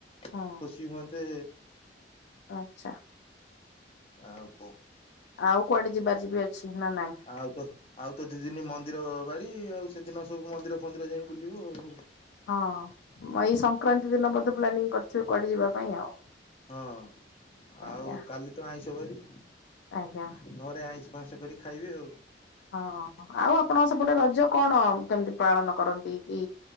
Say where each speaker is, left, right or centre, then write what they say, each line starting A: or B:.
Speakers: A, on the left; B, on the left.
A: ଖୁସି
B: ହଁ
A: ହୁଅନ୍ତେ
B: ଆଚ୍ଛା।
A: ଆଉ କଁ?
B: ଆଉ କୁଆଡ଼େ ଯିବାର ଯିବି ଅଛି ନା ନାଇଁ?
A: ଆଉ ତ ଆଉତ ଦିଦିନି ମନ୍ଦିର ବାରି ଆଉ ସେଦିନ ସବୁ ମନ୍ଦିର ଫନ୍ଦିର ଯାଇ ବୁଲିବ ଆଉ।
B: ହଁ ଏଇ ସଂକ୍ରାନ୍ତି ଦିନ ବୋଧେ ପ୍ଲାନିଂ କରିଥିବେ କୁଆଡ଼େ ଯିବା ପାଇଁ ଆଉ।
A: ହଁ
B: ଆଜ୍ଞା।
A: ଆଉ କାଲିତ ଆଇଁଷ ବାରି।
B: ଆଜ୍ଞା
A: ଘରେ ଆଇଁଷ ଫାଇଁସ କରି ଖାଇବି ଆଉ।
B: ହଁ ଆଉ ଆପଣଙ୍କ ସପଟେ ରଜ କଣ କେମିତି ପାଳନ କରନ୍ତିକି